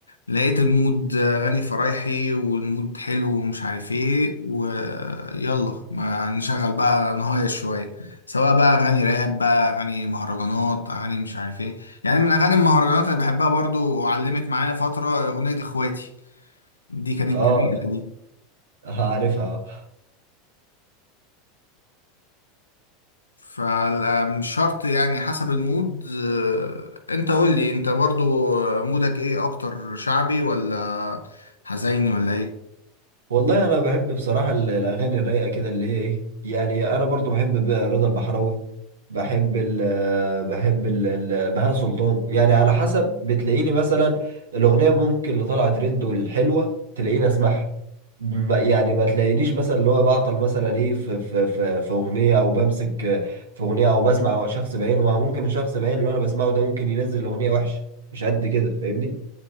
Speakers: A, on the left (about 85°); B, on the right (about 75°).
A: لقيت المود غني فرايحي والمود حلو ومش عارف ايه ويلا ما نشغل بقى نهاية شوية سواء بقى أغاني راب بقى أغاني مهرجانات أغاني مش عارف ايه يعني من أغاني المهرجانات اللي بحبها برضو وعلمت معايا فترة أغنية إخواتي دي كانت
B: اه
A: جميلة دي
B: <laughs> عارفها
A: فمش شرط يعني حسب المود آه، انت قول لي انت برضو آه، مودك ايه اكتر شعبي ولا حزيني ولا ايه
B: والله انا بحب بصراحه ال- الاغاني الرايقه كده اللي هي ايه يعني انا برضو بحب ب- رضا البحراوي بحب ال بحب ال ال- بهاء سلطان يعني على حسب بتلاقيني مثلا الاغنيه ممكن اللي طالعه ترند والحلوه تلاقيني اسمعها ما- يعني ما تلاقينيش مثلا اللي هو بعطل مثلا ايه في في في, في اغنيه او بمسك في اغنيه او بسمع شخص بعينه ممكن الشخص بعينه اللي انا بسمعه ده ممكن ينزل اغنيه وحشه مش قد كده فاهمني